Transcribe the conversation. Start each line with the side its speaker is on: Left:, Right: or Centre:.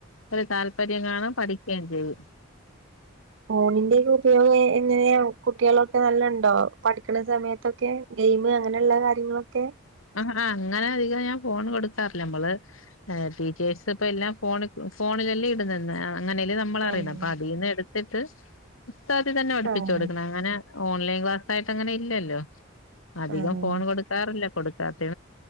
Left: ഒരു താല്പ പര്യംകാണുംപഠിക്കേയും ചെയ്
Right: ഫോണിന്റെക് എങ്ങനെയാ കുട്ട്യോളൊക്കെ നല്ല ഉണ്ടോ പഠിക്ണ സമയത്തൊക്കെ ഗെയിം അങ്ങനെയുള്ള കാര്യങ്ങളൊക്കെ.
Left: ആ ആ അങ്ങനെ അധികം ഞാൻ ഫോൺ കൊടുക്കാറില്ല നമ്മള്. ടീച്ചേഴ്സ് ഇപ്പ എല്ലാം ഫോ ഫോണിലല്ലേ ഇടുന്നന്ന് അങ്ങനെല്ലെ നമ്മളറിണ
Right: ആഹ്
Left: അപ്പ അതിന്ന് എടുത്തിട്ട് പുസ്ത തന്നെ പഠിപ്പിച്ചച്ച്
Right: ആഹ്
Left: കൊടുക്കണെ അങ്ങനെ. ഓൺലൈൻ ക്ലാസ് ആയിട്ട് അങ്ങനെ ഇല്ലല്ലോ അധികം
Right: ആഹ്
Left: ഫോൺ കൊടുക്കാറില്ല കൊടുക്കാതെ